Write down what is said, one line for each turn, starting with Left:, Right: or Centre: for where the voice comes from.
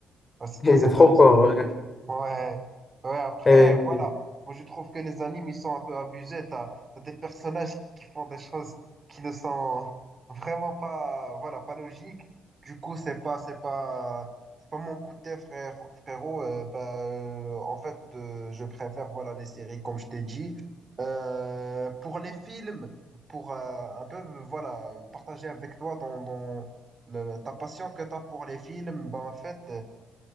Left: <laughs>
Right: ah, c'est très
Left: Il était
Right: intéressant.
Left: trop fort.
Right: Ouais, ouais, après,
Left: ouais.
Right: voilà. Moi, je trouve que les animes, ils sont un peu abusés. T'as, t'as des personnages qui, qui font des choses qui ne sont vraiment pas, voilà, pas logiques. Du coup, c'est pas, c'est pas, c'est pas mon coup de thé, frère, frérot. Euh, bah, euh, en fait, euh, je préfère, voilà, les séries, comme je t'ai dit. Euh, pour les films, pour euh, un peu, euh, voilà, partager avec toi dans, dans le- ta passion que t'as pour les films, bah, en fait,